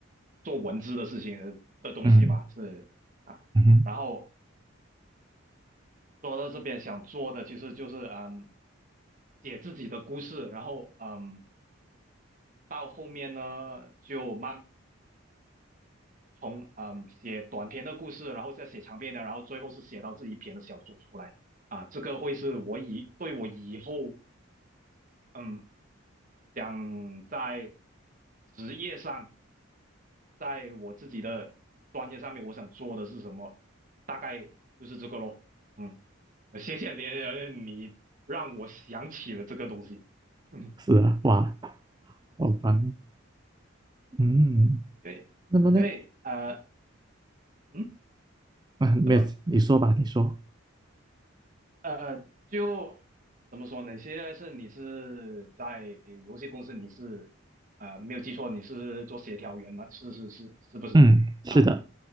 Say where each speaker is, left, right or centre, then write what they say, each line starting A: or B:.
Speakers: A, on the right; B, on the right.
A: 做文字的事情呃的东西嘛，
B: 嗯
A: 是啊，
B: 嗯哼，
A: 然后做到这边想做的其实就是嗯，写自己的故事，然后嗯，到后面呢就慢。从嗯写短篇的故事，然后再写长篇的，然后最后是写到自己篇的小说出来啊，这个会是我以对我以后嗯想在职业上，在我自己的专业上面，我想做的是什么，大概就是这个咯。嗯，谢谢你，你让我想起了这个东西。<laughs> 嗯，
B: 是啊，哇，好棒！嗯，
A: 对，
B: 那么呢？
A: 因为呃嗯，
B: 啊，没有，
A: 怎么了
B: 你说吧，你说。
A: 呃，就怎么说呢？现在是你是在游戏公司，你是呃没有记错，你是做协调员吗？是是是，是不是啊？
B: 嗯，是的，